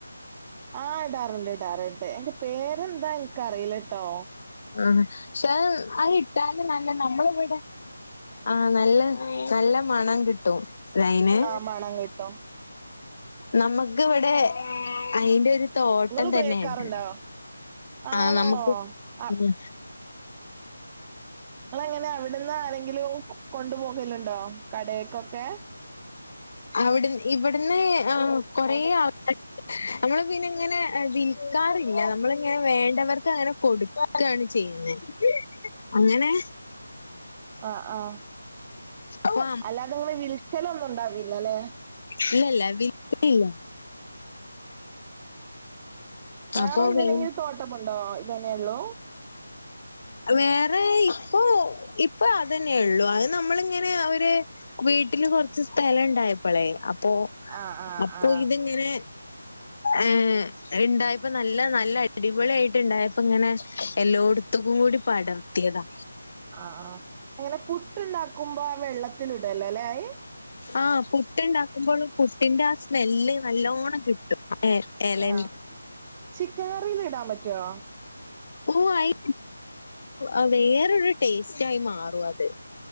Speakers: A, on the right (about 15°); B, on the left (about 40°).
A: ആ് ഇടാറുണ്ട് ഇടാറുണ്ട് അയിന്റെ പേരെന്താ എനിക്കറിയിലട്ടോ
B: ആ ക്ഷെ അത് ഇട്ടാലും നല്ല നമ്മള ഇവിടെ ആഹ നല്ല നല്ല മണം കിട്ടും അയിന്
A: ആഹ മണം കിട്ടും
B: നമുക്ക് ഇവിടെ അയിന്റെ ഒരു തോട്ടം
A: നിങ്ങൾ ഉപയോഗിക്കാറുണ്ടോ
B: തന്നെയണ്ട്
A: ആണോ
B: ആഹ നമുക്ക്
A: ആ
B: ഉ
A: നിങ്ങള എങ്ങനെ അവിടുന്ന് ആരെങ്കിലും കൊണ്ടുപോകലുണ്ടോ കടക്കൊക്കെ
B: അവിട് ഇവിടുന്ന് കൊറേ ആൾക്ക നമ്മള് പിന്നെ ഇങ്ങനെ ക്കാറില്ല നമ്മളിങ്ങനെ വേണ്ടവർക്ക് അങ്ങനെ കൊടുക്ക ചെയ്യുന്നത് അങ്ങനെ
A: ആ ആഹ
B: അപ്പൊ
A: അല്ലാതെ ഇങ്ങനെ വിൽക്ക ലൊന്നും ഉണ്ടാവില്ല അല്ലെ
B: ഇല്ലല്ല വിൽക്കലില്ല
A: വേറെന്തനെങ്കിലും
B: അപ്പൊ വേ
A: തോട്ടമുണ്ടോ ഇതന്നെയള്ളൂ
B: വേറെ ഇപ്പൊ ഇപ്പൊ അതനെയൊ ഉള്ളു അത് നമ്മളിങ്ങനെ ഒരുവീട്ടിൽ കൊറച്ച് സ്ഥലം ഇണ്ടായപ്പോളെ അപ്പൊ
A: ആഹ് ആഹ്
B: അപ്പൊ
A: ആഹ്
B: ഇത്ങ്ങനെ ഏഹ ഇണ്ടായപ്പ നല്ല നല്ല അടിപൊളി ആായിട്ട് ഇണ്ടായപ്പ ഇങ്ങനെ എല്ലോടത്തും തുകും കൂടി പടർത്തിയതാ
A: ആ ആ് എങ്ങനെ പുട്ട്ഉണ്ടാക്കുമ്പോ ആ വെള്ളത്തി ഇടല്ലോ അല്ലെ ആയി്
B: ആഹ പുട്ടുണ്ടാക്കുമ്പോളും പുട്ടിന്റെ ആ സ്മെല്ല് നല്ലോണം കിട്ടും എ എലന്റെ
A: ആ ചിക്കൻ കറിൽ ഇടാൻ പറ്റോ
B: ഒ ഓയി അ വേറൊരു ടേസ്റ്റ് ആയി മാറും അത്